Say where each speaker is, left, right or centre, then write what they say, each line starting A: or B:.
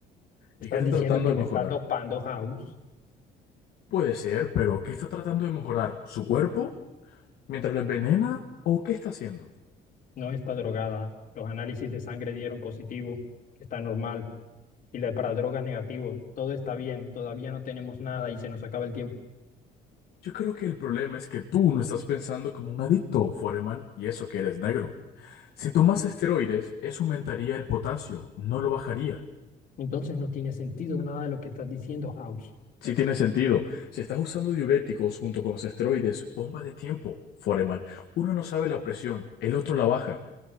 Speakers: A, on the left; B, on the left.
A: ¿Estás
B: ¿Y qué está
A: diciendo
B: tratando
A: que
B: de
A: te
B: mejorar?
A: estás dopando, House?
B: Puede ser, pero ¿qué está tratando de mejorar? ¿Su cuerpo mientras lo envenena? ¿O qué está haciendo?
A: no está drogada. Los análisis de sangre dieron positivo, que está normal. Y la para drogas negativo. Todo está bien. Todavía no tenemos nada y se nos acaba el tiempo.
B: Yo creo que el problema es que tú no estás pensando como un adicto, Foreman, y eso que eres negro. Si tomas esteroides, eso aumentaría el potasio, no lo bajaría.
A: Entonces no tiene sentido nada de lo que estás diciendo, House.
B: Sí tiene sentido. Si estás usando diuréticos junto con los esteroides, bomba de tiempo, Foreman. Uno no sabe la presión, el otro la baja.